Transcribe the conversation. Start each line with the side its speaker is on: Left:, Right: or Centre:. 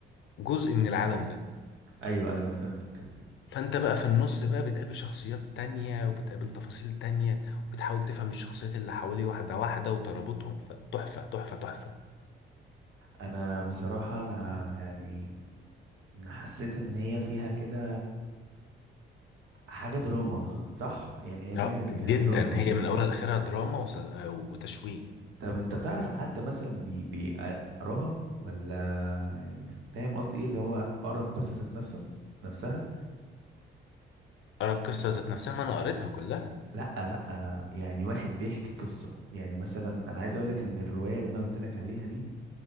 Left: جزء من العالم ده
Right: ايوه ايوه فهمتك
Left: فانت بقى في النص بقى بتقابل شخصيات تانية وبتقابل تفاصيل تانية وبتحاول تفهم الشخصيات اللي حواليه واحدة واحدة وترابطهم فتحفة تحفة تحفة
Right: انا بصراحة انا يعني أنا حسيت ان هي فيها كده حاجة دراما صح يعني هي
Left: لا
Right: مايلة ان
Left: جدا
Right: فيها دراما
Left: هي من اولها لاخرها دراما وس- وتشويق
Right: طب انت تعرف حد مثلا بي بيقراها ولا يعني فاهم قصدي ايه اللي هو قرا القصة ذات نفسه نفسها
Left: ارى القصة ذات نفسها ما انا قريتها كلها
Right: لا لا يعني واحد بيحكي قصة يعني مثلا انا عايز اقول لك ان الرواية اللي انا قلت لك عليها دي